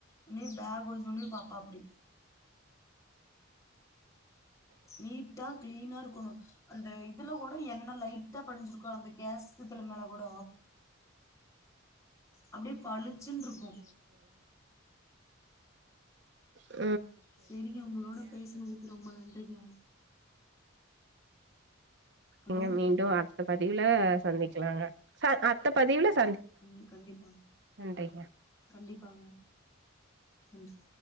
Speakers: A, on the left; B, on the right.
A: உன்னே பேக்ன்னே பாப்பாப்ட்டி நீட்டா கிளீனா இருக்கணு அந்த இதுல கூட எண்ண லைட்டா படிஞ்சிருக்கு அந்த கேஸ்தில மேல கூட அப்படியே பழிச்சுன் இருக்கு
B: ஹ
A: சரிங்க உங்களோட பேசுனதுக்கு ரொம்ப நன்றிங்க ஹலோ
B: நீங்க மீண்டும் அடுத்த பதி ச சந்திக்கலாங்க
A: உம் கண்டிப்பாங்க
B: நன்றி
A: கண்டிப்பாங்க நன்றி